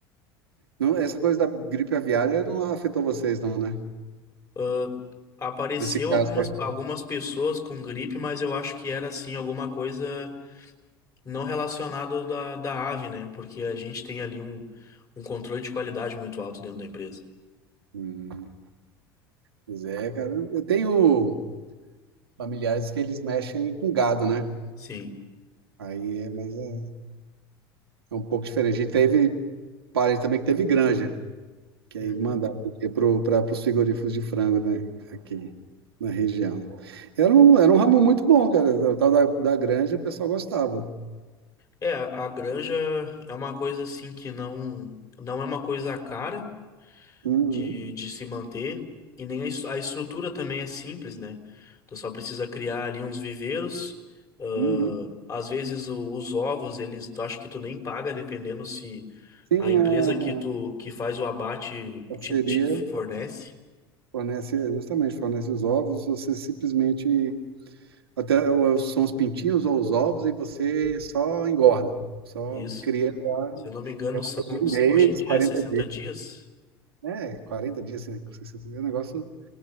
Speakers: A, on the right; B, on the left.
A: não, essa coisa da gripe aviária não afetou vocês, não, né?
B: Ah, Apareceu
A: Nesse caso,
B: algumas,
A: é.
B: algumas pessoas com gripe, mas eu acho que era assim alguma coisa não relacionada da, da ave, né? Porque a gente tem ali um, um controle de qualidade muito alto dentro da empresa.
A: Hum, pois é, cara. Eu tenho familiares que eles mexem com gado, né?
B: Sim.
A: Aí é, mas é, é um pouco diferente. E teve parente também que teve granja, que
B: Uhum.
A: aí mandava para os frigoríficos de frango, né? Aqui na região. Era um, era um ramo muito bom, cara. O tal da, da granja, o pessoal gostava.
B: É, a a granja é uma coisa assim que não, não é uma coisa cara.
A: Uhum,
B: de, de se manter. E nem a, es- a estrutura também é simples, né? Tu só precisa criar ali uns viveiros. ãh,
A: uhum.
B: às vezes o- os ovos, eles, tu acho que tu nem paga, dependendo se
A: Sim,
B: a empresa
A: a
B: que tu que faz o abate
A: parceria
B: te, te fornece.
A: fornece, justamente, fornece os ovos, você simplesmente, até ou é, são os pintinhos ou os ovos, e você só engorda, só
B: Isso.
A: cria lá,
B: Se eu não me engano,
A: e é uma
B: são
A: coisa de um mês,
B: hoje em dia
A: 40
B: é 60
A: dias,
B: dias.
A: é, 40 dias, assim, 60 dias, é um negócio